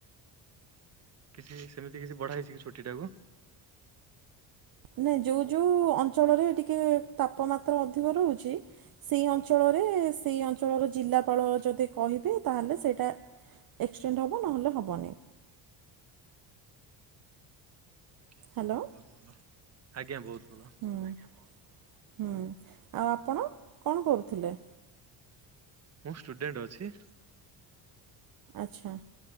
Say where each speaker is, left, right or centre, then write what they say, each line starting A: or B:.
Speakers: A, on the right; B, on the right.
A: କିଛି ସେମିତି କିଛି ବଢ଼ା ହେଇଛି କି ଛୁଟିଟାକୁ?
B: ନାଇଁ ନାଇଁ ଯଉଁ ଯଉଁ ଅଞ୍ଚଳରେ ଟିକେ ତାପମାତ୍ରା ଅଧିକ ରହୁଛି। ସେଇ ଅଞ୍ଚଳରେ ସେଇ ଅଞ୍ଚଳର ଜିଲ୍ଲାପାଳ ଯଦି କହିବେ ତାହଲେ ସେଇଟା ଏକ୍ସଟେଣ୍ଡ ହେବ ନହେଲେ ହେବନି।
A: <unintelligible>
B: ହ୍ୟାଲୋ
A: ଆଜ୍ଞା ବହୁତ ଭଲ।
B: ହୁଁ ହୁଁ ଆଉ ଆପଣ କ ଣ କରୁଥିଲେ?
A: ମୁଁ ଷ୍ଟୁଡେଣ୍ଟ ଅଛି।
B: ଆଚ୍ଛା